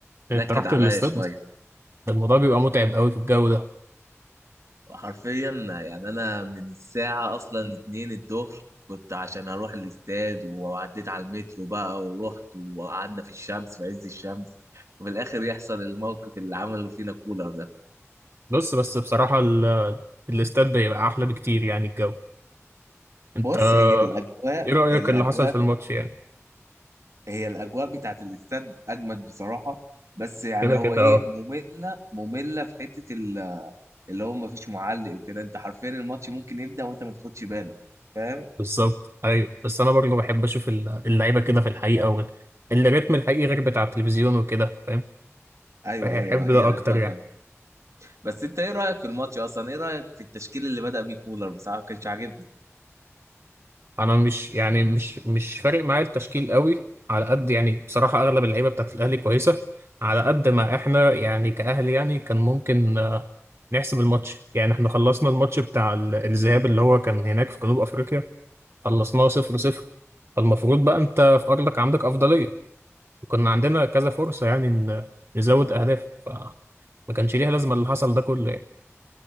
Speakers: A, on the right; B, on the right.
A: أنت
B: نكد
A: رحت
B: عليا
A: للاستاد؟
B: شوية
A: ده الموضوع بيبقى متعب قوي في الجو ده
B: حرفيا يعني انا من الساعة اصلا اتنين الظهر كنت عشان اروح الاستاد وعديت على المترو بقى ورحت وقعدنا في الشمس في عز الشمس وفي الاخر يحصل الموقف اللي عمله فينا كولر ده
A: بص بس بصراحة ال- الاستاد بيبقى أحلى بكتير يعني الجو أنت
B: بص هي الاجواء
A: إيه رأيك
B: الاجواء
A: اللي حصل في الماتش يعني؟
B: هي الاجواء بتاعت الاستاد اجمد بصراحه بس يعني
A: كده
B: هو
A: كده
B: ايه
A: أه
B: ممله ممله في حته ال- اللي هو ما فيش معلق وكده انت حرفيا الماتش ممكن يبدا وانت ما تاخدش بالك فاهم
A: بالظبط أيوه بس أنا برضه بحب أشوف ال- اللعيبة كده في الحقيقة وال- الريتم الحقيقي غير بتاع التلفزيون وكده فاهم؟
B: ايوه
A: بحب
B: ايوه هي
A: ده
B: الاجواء
A: أكتر يعني
B: جامده بس انت ايه رايك في الماتش اصلا ايه رايك في التشكيل اللي بدا بيه كولر بصراحه ما كانش عاجبني
A: انا مش يعني مش مش فارق معايا التشكيل قوي على قد يعني بصراحه اغلب اللعيبه بتاعت الاهلي كويسه على قد ما احنا يعني كاهلي يعني كان ممكن آه، نحسب الماتش يعني احنا خلصنا الماتش بتاع ال- الذهاب اللي هو كان هناك في جنوب افريقيا خلصناه صفر صفر فالمفروض بقى انت في ارضك عندك افضليه وكنا عندنا كذا فرصه يعني ان نزود اهداف ف ما كانش ليها لازمه اللي حصل ده كله يعني